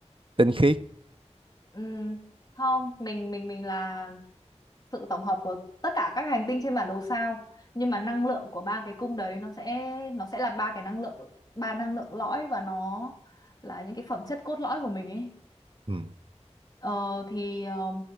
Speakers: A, on the right; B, on the left.
A: tinh khiết.
B: ừm, không mình mình mình là sự tổng hợp của tất cả các hành tinh trên bản đồ sao nhưng mà năng lượng của ba cái cung đấy nó sẽ nó sẽ là ba cái năng lượng ba năng lượng lõi và nó là những cái phẩm chất cốt lõi của mình ấy
A: Ừ,
B: Ờ, thì ờ,